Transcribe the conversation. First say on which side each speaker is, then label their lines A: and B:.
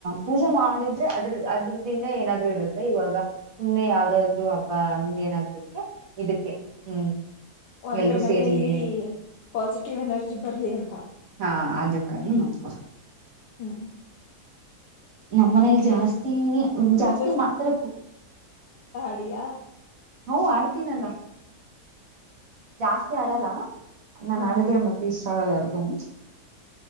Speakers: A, on the right; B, on the left.
A: ಪೂಜೆ ಮಾಡಿದ್ರೆ ಅದ್ರ ಅದ್ರದಿಂದ ಏನಾದ್ರು ಇರುತ್ತೆ ಇವಾಗ ಸುಮ್ನೆ ಯಾವ್ದಾದ್ರು ಹಂಗ ಏನಾಗ್ಲಿಕ್ಕೆ ಇದಕ್ಕೆ ಹ್ಮ್
B: ಅಂದ್ರೆ
A: ಎಲ್ರೂ
B: ಮನೆಯಲ್ಲಿ
A: ಸೇರ್ಲಿ
B: ಪಾಸಿಟಿವ್ ಎನರ್ಜಿ ಬರ್ಲಿ ಅಂತ
A: ಹಾ ಅದಕ್ಕಾಗಿ ಮಾತ್ರ
B: ಹ್ಮ್
A: ನಮ್ಮ ಮನೇಲಿ ಜಾಸ್ತಿ
B: ನೀನ್
A: ಜಾಸ್ತಿ ಮಾಡ್ತಾರೆ ಪೂ
B: ಅಡಿಯಾ
A: ಹ ಆಡ್ತೀನಲ್ಲ ಜಾಸ್ತಿ
B: ಹಾ
A: ಆಡಲ್ಲ ನಾನು
B: ಹಾ
A: ಆಡಿದ್ರೆ ಮತ್ತೆ ಇಷ್ಟ ಆಗಲ್ಲ ಯಾರಿಗೂ